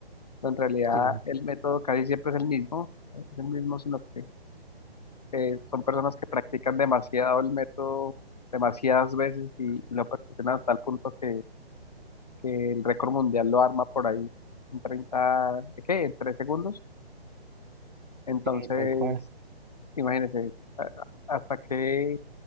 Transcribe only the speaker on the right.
Sí,
sí, tal cual.